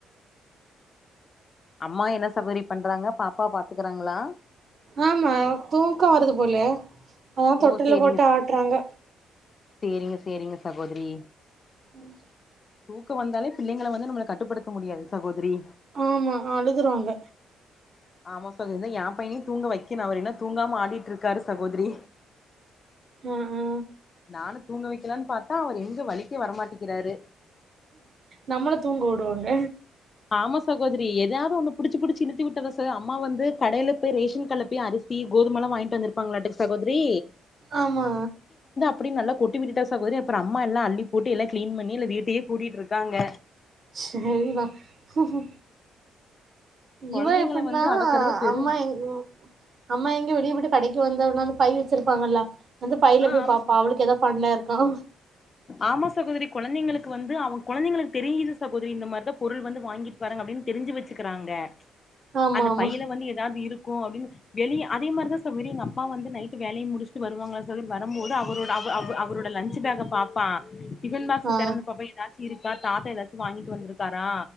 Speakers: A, on the left; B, on the right.
A: அம்மா என்ன சகோத்ரி பண்றாங்க பாப்பா பாத்துக்கறாங்களா
B: ஆமா தூக்கோ வருது போல அதா
A: ஓ
B: தொட்டில்ல
A: சேரிங்க
B: போட்டு ஆட்டுறாங்க
A: சேரிங்க சேரிங்க சகோதிரி
B: உம்
A: தூக்க வந்தாலே பிள்ளைங்கள வந்து நம்மள கட்டுப்படுத்த முடியாது சகோதரி
B: ஆமா அழுதுருவாங்க
A: ஆமா சகோ எ பையனையு தூங்க வைக்கனு அவரு இன்னு தூங்காம ஆடிட்டு இருக்காரு சகோதரி
B: ஆ ஆ
A: நானு தூங்க வைக்கலாம்னு பாத்தா அவர் எங்க வளிக்கே வரமாட்டிக்கிறாரு
B: நம்மள தூங்க விடுவாங்க
A: ஆமா சகோதரி எதாவது ஒண்ணு புடுச்ச புடிச்சு இழுத்தி விட்டதா ச அம்மா வந்து கடையில போய் ரேஷன் கட்ல போய் அரிசி கோதுமலா வாங்கிட்டு வந்திருப்பாங்களாட்டு சகோதரி
B: ஆமா
A: அப்டி நல்லா கொட்டிவிட்டுட்டா சகோதரி அப்றோ அம்மா எல்லா அல்லி போட்டு எல்லா க்ளீன் பண்ணில்ல வீட்டையே கூட்டிட்இருக்கு க்காங்க
B: சரிதா ம்
A: கொழந்தைங்கள
B: இவ எப்டின்னா
A: வந்து அடக்குறது பெரு
B: அம்மா எங் அம்மா எங்க வெளிய போயிட்டு கடை வந்த உடன வந்து பை வச்சுருப்பாங்கல்ல வந்து பையில
A: ஆ
B: போய்
A: ஆமா
B: பாப்பா
A: ச
B: அவளுக்கு எதாது ஃபண்ணர் ஆவ்
A: ஆமா சகோதரி கொழந்தைங்களுக்கு வந்து அவங்க கொழந்தைங்களுக்கு தெரியுது சகோதரி திரி இந்த மாரிதா பொருள் வந்து வாங்கிட் வரங்க அப்டின்னு தெரிஞ்சு வச்சுக்கிறாங்க
B: ஆமா
A: அந்த
B: ஆமா
A: பையில வந்து ஏதாது இருக் ஒ அப்டின்னு வெளிய அதே மாரிதா சகோதரி அப்பா வந்து நைட்டு வேலைய முடிச்சட்டு வருவாங்களா தோழி நம்போது அவரோட அவ் அவ் அவரோட லஞ்ச் ச்பேகம் பா டிபன் பாக்ஸ்ச
B: ஆ
A: திறந்த பாப்ப ஏதாச்சும் இருக்கா தாத்தா ஏதாச்சும் வாங்கிட்டு வந்திருக்காரா